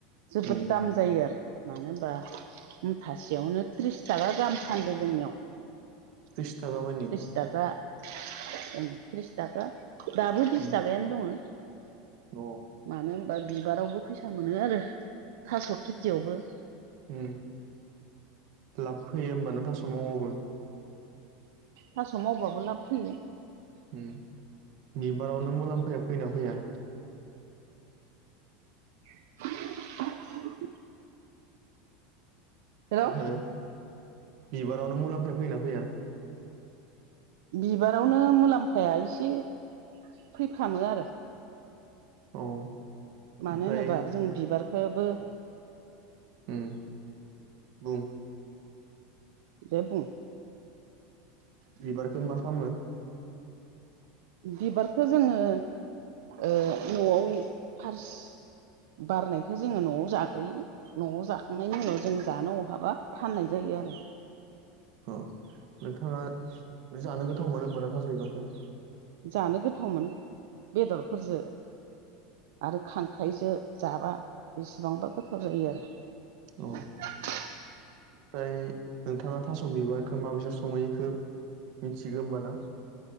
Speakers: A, on the right; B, on the right.
A: जोबोद
B: उम
A: दाम जायो आरो मानो होनबा मुथासेयावनो त्रिस थाखा गाहाम फानदो जोंनियाव
B: त्रिस थाखा मानि
A: बिसथाखा त्रिसथाखा दाबो बिस
B: उम
A: थाखायानो दङ
B: अ
A: मानो होमबा बिबारावबो फैसा मोनो आरो थास खेथियावबो
B: उम लाब फैयो होमबा न थास मावोबाबो
A: थास मावबाबो लाब फैयो
B: उम बिबारावनो मुलाम्फाया फैयोना फैया
A: <inaudible> जेराव
B: हो बिबारावनो मुलाम्फाया फैना फैया?
A: बिबारावनो मुलाम्फाया एसे फैफ्रामो आरो।
B: औ। ओमफ्राय
A: मानो होनोबा जों बिबारखौबो
B: उम अ
A: दे <unintelligible>
B: बिबारखो मा खामो?
A: बिबारखौ जोङो ओ न'वाव फार्सनो बारनायखो जोङो न'वाव जाग्रोयो न'वाव जाखांनायनि उनाव जोंङो दानो अहाबा फाननाय जायो आरो
B: औ नोंथाङा जानो गोथाव मोनो होमबाय थास' बिबारखौ?
A: जानो गोथाव मोनो बेदरफोरजों आरो खांख्राइजों जाबा बेसेबांबा गोथाव जायो आरो।
B: औ
A: <unintelligible>
B: ओमफ्राय नोंथाङा थास' बिबारखौ माबैसा सङो एखो मिथिगो होमबाना?